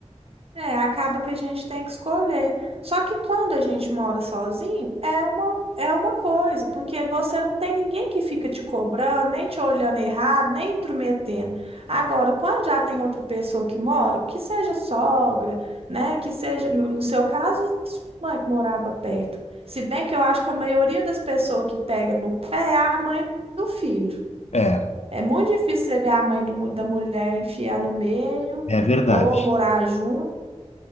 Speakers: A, on the right; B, on the left.
A: É, acaba que a gente tem que escolher. Só que quando a gente mora sozinho, é uma, é uma coisa, porque você não tem ninguém que fica te cobrando, nem te olhando errado, nem intrometendo. Agora, quando já tem outra pessoa que mora, que seja sogra, né, que seja, no, no seu caso, sua mãe que morava perto. Se bem que eu acho que a maioria das pessoas que pega no pé é a mãe do filho.
B: É,
A: É muito difícil você ver a mãe do mu- da mulher enfiar no meio
B: é verdade.
A: ou morar junto.